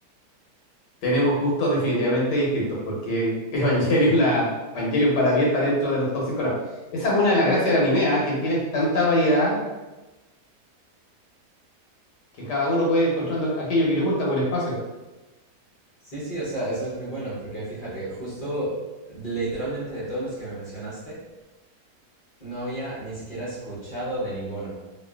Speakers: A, on the left; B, on the left.
A: Tenemos gustos definitivamente distintos porque <laughs> Evangelion, la, Evangelion para mí está dentro de los top 5. Esa es una de las gracias del anime, ¿ah? que tienes tanta variedad que cada uno puede ir encontrando aquello que le gusta o el espacio.
B: Sí, sí, o sea, eso es muy bueno, porque fíjate, justo literalmente de todos los que me mencionaste, no había ni siquiera escuchado de ninguno.